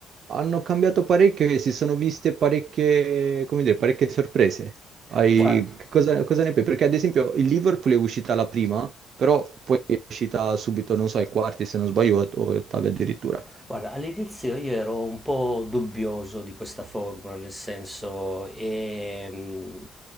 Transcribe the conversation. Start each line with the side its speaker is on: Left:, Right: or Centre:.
Right: hanno cambiato parecchio e si sono viste parecchie, come dire, parecchie sorprese. Hai-
Centre: Guarda,
Right: che cosa, cosa ne pensi? Perché ad esempio il Liverpool è uscita la prima, però poi è uscita subito, non so, ai quarti se non sbaglio, o o ottavi addirittura.
Centre: Guarda, all'inizio io ero un po' dubbioso di questa formula, nel senso, ehm,